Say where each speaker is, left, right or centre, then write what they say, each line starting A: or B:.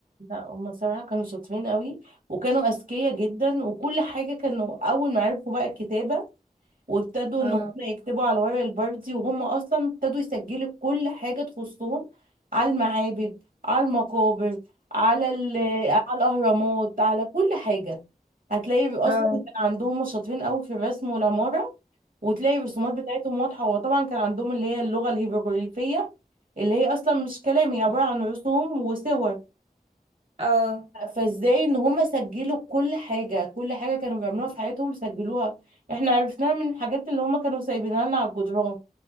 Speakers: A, on the right; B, on the right.
A: لا هما صراحة كانوا شاطرين قوي وكانوا أذكياء جدا وكل حاجة كانوا أول ما عرفوا بقى الكتابة وابتدوا
B: اه
A: إن هما يكتبوا على ورق البردي وهم أصلا ابتدوا يسجلوا كل حاجة تخصهم على المعابد على المقابر على ال- على الأهرامات على كل حاجة هتلاقي أصلا
B: اه
A: كان عندهم هما شاطرين قوي في الرسم والعمارة وتلاقي الرسومات بتاعتهم واضحة وطبعا كان عندهم اللي هي اللغة الهيروغليفية اللي هي أصلا مش كلام هي عبارة عن رسوم وصور
B: اه
A: فازاي ان هم سجلوا كل حاجة كل حاجة كانوا بيعملوها في حياتهم سجلوها احنا عرفناها من الحاجات اللي هم كانوا سايبينها لنا على الجدران